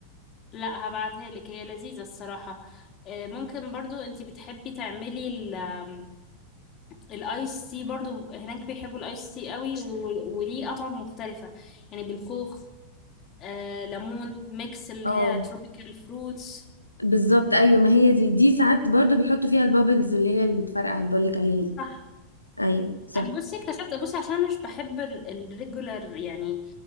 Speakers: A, on the left; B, on the left.
A: لا هبعتها لك هي لذيذة الصراحة آه، ممكن برضو انت بتحبي تعملي ال- آم، الايس تي برضو هناك بيحبوا الايس تي قوي و- وليه اطعم مختلفة يعني بالخوخ آه، ليمون ميكس اللي
B: اه
A: هي تروبيكال فروتس
B: بالظبط ايوه ما هي دي دي ساعات برضو بيحطوا فيها البابلز اللي هي اللي بتفرقع اللي بقولك عليها دي
A: صح
B: ايوه صح
A: انا بصي اكتشفت بصي عشان أنا مش بحب الريجولر يعني